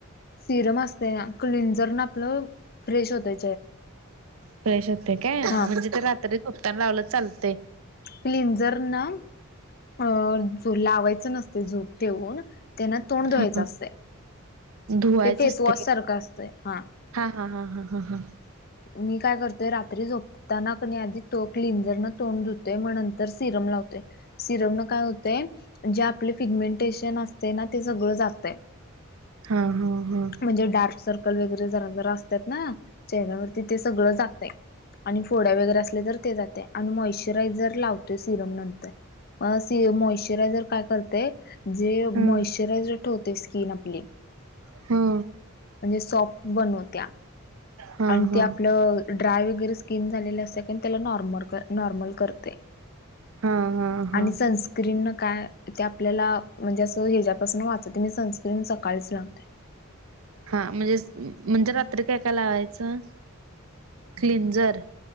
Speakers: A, on the left (about 45°); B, on the right (about 70°).
A: सिरम असत ना क्लंजर ना आपलं फ्रेश होतय
B: फ्रेश होते काय
A: हा
B: म्हणजे ते रात्री भुकतान लावलं चालते
A: क्लिंजर ना अ लावायचं नसते झोप ठेवून त्यांना तोंड
B: हा
A: धुवायचं असत
B: धुवायच
A: ते फेसवॉश
B: असते काय?
A: सारखं असतय हा
B: हा हा हा हा
A: मी काय करतोय रात्री झोपताना क आधी तो क्लिंजर न तोंड ुतो ग नंतर सिरम लावतो सिरम न काय होतेय जे आपले फिगमेंटेशन अस ते सगळ जातय
B: हा हा हा हा हा
A: म्हणजे डार्क सर्कल वगे ज असतात ना चेहऱ्यावरती ते सगळ जात आणि फोड्या वगैरे असले तर ते जात मचरार लावतो सिरम नंतर म मचरारय करते जे
B: हम्म
A: मॉशचरायज ठेवते स्किन आपली म्हणजे
B: हा हा
A: सॉफ्ट बनवत्या
B: हा
A: आणि
B: हा
A: ते आपलं ड्राय वगैरे स्किन झालेले असत कार त्याला नॉर्मल नॉर्मल करते
B: हा हा हा
A: आणि सनस्क्रीन न काय ते आपल्याला म्हणजे असं ह्याच्यापासून वाचत मी सनस्क्रीन सकाळीच लावतेय
B: हा म्हणजे म्हणजे रात्री काय काय लावायच चन क्लिंजर